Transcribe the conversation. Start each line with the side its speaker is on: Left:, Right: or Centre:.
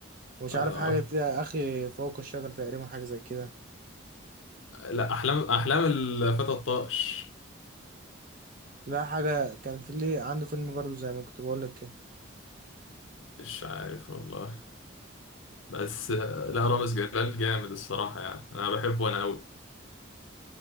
Right: مش
Left: اه
Right: عارف حاجة كده أخي فوق الشجر تقريبا حاجة زي كده
Left: لا احلام احلام الفتى الطائش
Right: لا حاجة كان في ليه عنده فيلم برضو زي ما كنت بقول لك كده
Left: مش عارف والله بس آه، لا رامز جلال جامد الصراحه يعني انا بحبه انا قوي